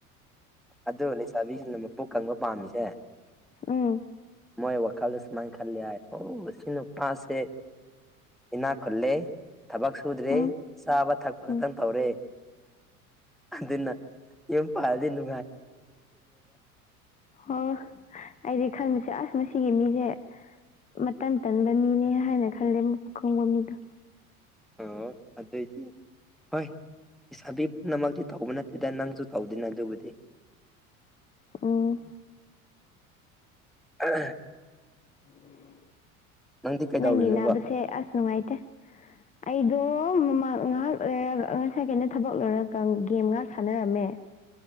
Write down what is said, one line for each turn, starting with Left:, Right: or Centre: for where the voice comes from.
Centre: ꯑꯗꯨꯒ ꯂꯩꯁꯥꯕꯤꯁꯤꯡꯅ ꯃꯄꯨ ꯀꯪꯕ ꯄꯥꯝꯃꯤꯁꯦ
Left: ꯑꯥ
Centre: ꯃꯣꯏ ꯋꯥꯋꯈꯜꯗꯁꯤꯃꯥꯡ ꯈꯥꯂꯤ ꯍꯥꯏ ꯑꯣ ꯁꯤꯅꯄꯥꯦ ꯏꯅꯥꯛ ꯈꯨꯜꯂꯦ ꯊꯕꯛ ꯁꯨꯗ꯭ꯔꯦ
Left: ꯎꯝ
Centre: ꯆꯥꯕ ꯊꯛꯄ
Left: ꯎꯝ
Centre: ꯈꯛꯇꯪ ꯇꯧꯔꯦ ꯑꯗꯨ ꯑꯗꯨꯟꯅ ꯌꯦ ꯄꯗꯅ
Left: ꯑꯣ ꯑꯩꯗꯤ ꯈꯟꯕꯁꯦ ꯑꯁ ꯃꯁꯤꯒꯤ ꯃꯤ ꯁꯦ ꯃꯇꯝ ꯇꯟꯕ ꯃꯤꯅꯦ ꯍꯥꯏꯅ ꯈꯜꯂꯦ ꯄꯨꯈꯪꯕ ꯃꯤꯗꯣ
Centre: ꯑ ꯑꯗꯤ ꯍꯣꯏ ꯏꯁꯥꯕꯤ ꯄꯨꯝꯅꯃꯛꯇꯤ ꯇꯧꯕ ꯅꯠꯇꯦꯗ ꯅꯪꯁꯨ ꯇꯧꯗꯦꯅ ꯑꯗꯨꯕꯨꯗꯤ
Left: ꯎ
Centre: ꯑ
Left: ꯎꯝ
Centre: ꯅꯪꯗꯤ ꯀꯩꯗꯧꯔꯤꯅꯣꯕ
Left: ꯅꯪꯒꯤ ꯅꯥꯕꯁꯦ ꯑꯁ ꯅꯨꯡꯉꯥꯏꯇꯦ ꯑꯩ ꯑꯗꯣ ꯃꯃꯥꯡ ꯉꯥꯏꯍꯥꯛ ꯂꯩꯔꯒ ꯉꯁꯥꯏ ꯀꯩꯅꯣ ꯊꯕꯛ ꯂꯧꯣꯏꯔꯒ ꯒꯦꯝ ꯉꯥꯏꯍꯥꯛ ꯁꯥꯟꯅꯔꯝꯃꯦ